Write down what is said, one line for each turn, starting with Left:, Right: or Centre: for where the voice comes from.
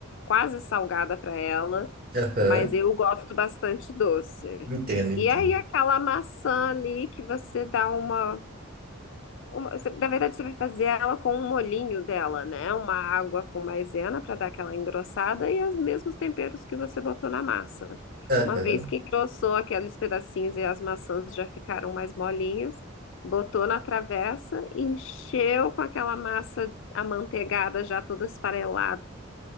Left: quase salgada para ela,
Right: aham,
Left: mas eu gosto bastante doce.
Right: entendo, entendo.
Left: E aí aquela maçã ali que você dá uma uma- você- na verdade, você vai fazer ela com um molhinho dela, né? Uma água com maisena para dar aquela engrossada e os mesmos temperos que você botou na massa.
Right: Aham,
Left: Uma vez que engrossou aqueles pedacinhos e as maçãs já ficaram mais molinhas, botou na travessa, encheu com aquela massa amanteigada já toda esfarelada,